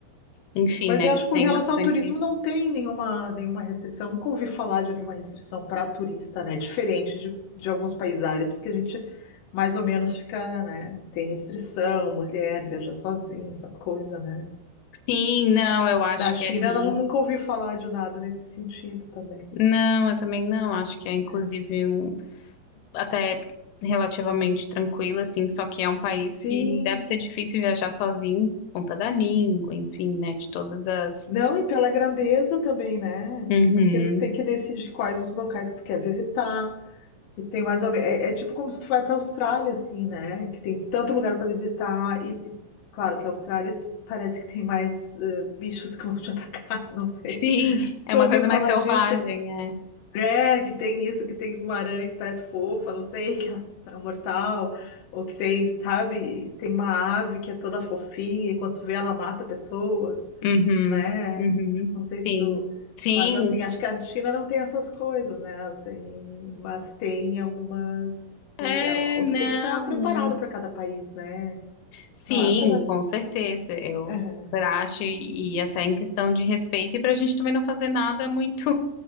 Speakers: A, on the left; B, on the left.
A: enfim,
B: Mas
A: né,
B: eu
A: eles
B: acho que com
A: têm
B: relação
A: bastante.
B: ao turismo não tem nenhuma, nenhuma restrição. Nunca ouvi falar de nenhuma restrição para turista, né? Diferente de, de alguns países árabes que a gente mais ou menos fica, né? Tem restrição, mulher viajar sozinha, essa coisa, né?
A: Sim, não, eu acho
B: Da China,
A: que é ali.
B: não, nunca ouvi falar de nada nesse sentido também.
A: Não, eu também não. Acho que é inclusive
B: né?
A: um. até relativamente tranquila, assim, só que é um país
B: Sim.
A: que deve ser difícil viajar sozinho por conta da língua, enfim, né, de todas as...
B: Não, e pela grandeza também, né?
A: Uhum.
B: Porque tu tem que decidir quais os locais que tu quer visitar. E tem mais ou menos, é, é tipo como se tu vai para a Austrália, assim, né? Que tem tanto lugar para visitar e, te- claro, que a Austrália parece que tem mais eh, bichos que vão te atacar, <laughs> não
A: <laughs>
B: sei.
A: Sim,
B: Se
A: é
B: tu
A: uma
B: ouviu
A: coisa
B: falar
A: mais selvagem,
B: disso,
A: é.
B: é, que tem isso, que tem uma aranha que parece fofa, não sei, <laughs> que ela é mortal, ou que tem, sabe, tem uma ave que é toda fofinha e quando tu vê ela mata pessoas
A: Uhum,
B: né?
A: uhum,
B: Não sei se
A: sim,
B: tu.
A: sim,
B: Mas assim, acho que a China não tem essas coisas, né? Tem... Mas tem algumas.
A: é,
B: O
A: não,
B: Tu tem que estar preparado
A: não,
B: para cada país, né?
A: sim,
B: Não acha, Bárbara?
A: com certeza, eu
B: Aham.
A: super acho, e, e até em questão de respeito, e pra gente também não fazer nada muito